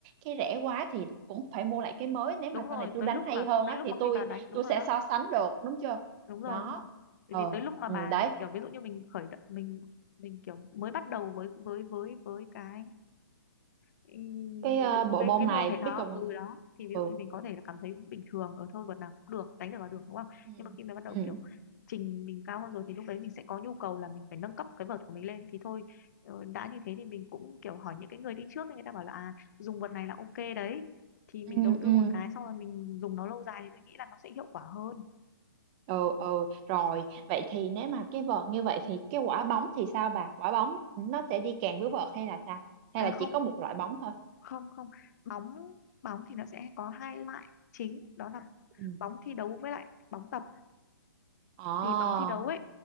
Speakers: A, on the right; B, on the left.
A: cái rẻ quá thì cũng phải mua lại cái mới nếu
B: đúng
A: mà
B: rồi
A: sau này tôi
B: tới
A: đánh
B: lúc
A: hay
B: là
A: hơn
B: tới
A: á
B: lúc
A: thì
B: mà
A: tôi
B: khi bà đánh đúng
A: tôi
B: rồi
A: sẽ
B: đó
A: so sánh được đúng chưa
B: đúng rồi
A: đó
B: đúng rồi bởi
A: ờ
B: vì tới lúc mà
A: ừ,
B: bà
A: đấy
B: kiểu ví dụ như mình khởi động mình mình kiểu mới bắt đầu với với với với cái ừ,
A: cái ờ, bộ
B: với
A: môn
B: cái
A: này
B: môn thể thao
A: biết không
B: ừ đó thì ví
A: ừ
B: dụ như mình có thể là cảm thấy bình thường ở thôi luật nào cũng được đánh được là được đúng không
A: Ừ.
B: nhưng mà khi mà bắt đầu
A: ừ
B: kiểu trình mình cao hơn rồi thì lúc đấy mình sẽ có nhu cầu là mình phải nâng cấp cái vợt của mình lên thì thôi ờ, đã như thế thì mình cũng kiểu hỏi những cái người đi trước ấy, người ta bảo là à dùng vợt này là ok đấy thì mình
A: ừ
B: đầu tư
A: ừ
B: một cái xong rồi mình dùng nó lâu dài thì tôi nghĩ là nó sẽ hiệu quả hơn
A: ừ ừ rồi vậy thì nếu mà cái vợt như vậy thì cái quả bóng thì sao bà quả bóng nó sẽ đi kèm với vợt hay là sao hay
B: à
A: là
B: không
A: chỉ có một loại bóng thôi
B: không không bóng bóng thì nó sẽ có hai loại chính đó là
A: Ừ.
B: bóng thi đấu với lại bóng tập
A: Ồ,
B: thì bóng thi đấu ấy